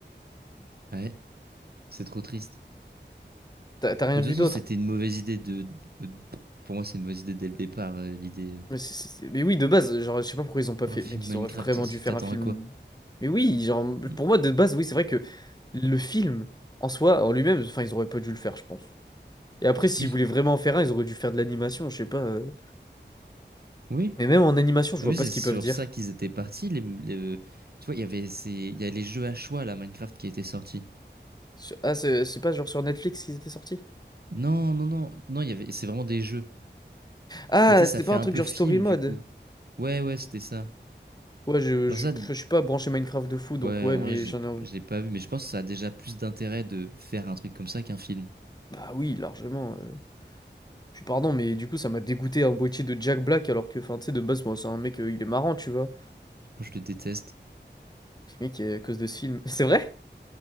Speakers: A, on the right; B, on the left.
A: Ouais, c'est trop triste.
B: T'as t'as rien
A: Mais
B: vu
A: de toute
B: d'autre.
A: façon, c'était une mauvaise idée de... Pour moi, c'est une mauvaise idée dès le départ, euh, l'idée... euh,
B: Mais, c'est- c'est- c'est- mais oui, de base, genre, je sais pas pourquoi ils ont pas fait.
A: Un film
B: Mec,
A: Minecraft,
B: ils auraient vraiment
A: tu
B: dû faire
A: t'attends
B: un film.
A: à quoi?
B: Mais oui, genre,
A: Mm.
B: pour moi, de base, oui, c'est vrai que le film, en soi, en lui-même, enfin, ils auraient pas dû le faire, je pense. Et après, s'ils
A: Oui,
B: voulaient vraiment en faire un, ils auraient dû faire de l'animation, je sais pas. euh.
A: oui.
B: Mais même en animation, je vois
A: Oui,
B: pas
A: c'est
B: ce
A: sur
B: qu'ils peuvent dire.
A: ça qu'ils étaient partis. Les, les- euh, Tu vois, il y avait ces... il y a les jeux à choix, là, Minecraft, qui étaient sortis.
B: Sur- Ah, c'est c'est pas genre sur Netflix qu'ils étaient sortis?
A: Non, non, non, non, il y avait... c'est vraiment des jeux.
B: Ah,
A: Mais tu
B: c'était
A: sais, ça fait
B: pas un
A: un
B: truc
A: peu
B: genre
A: film,
B: story mode.
A: du coup. Ouais, ouais, c'était ça.
B: Ouais, je,
A: Dans
B: je,
A: ça,
B: pff, je suis pas branché Minecraft de fou, donc
A: Ouais,
B: ouais,
A: en
B: mais
A: vrai, j'ai
B: j'en ai envie.
A: j'ai pas vu, mais je pense que ça a déjà plus d'intérêt de faire un truc comme ça qu'un film.
B: Bah oui, largement. euh. Puis pardon, mais du coup, ça m'a dégoûté un boîtier de Jack Black, alors que, enfin, tu sais, de base, moi, c'est un mec, euh, il est marrant, tu vois.
A: Moi, je le déteste.
B: Le mec, euh, à cause de ce film. <laughs> C'est vrai?